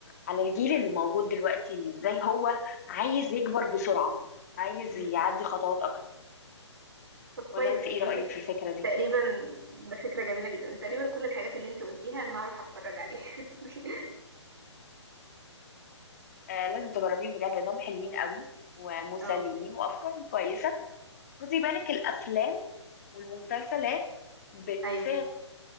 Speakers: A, on the left (about 35°); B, on the right (about 55°).
A: على الجيل اللي موجود دلوقتي ان ازاي هو عايز يكبر بسرعه عايز
B: مم.
A: يعدي خطوات اكتر
B: طب
A: ولا
B: كويس
A: انت
B: ده
A: ايه
B: انت
A: رايك في الفكره دي
B: تقريبا ده فكره جميله جدا تقريبا كل الحاجات اللي انت قلتيها انا هروح اتفرج عليها <laughs>
A: آه لازم تجربين بجد لانهم حلوين قوي ومسليين
B: اه
A: وافكارهم كويسه خدي بالك الافلام والمسلسلات بتساعد
B: ايوه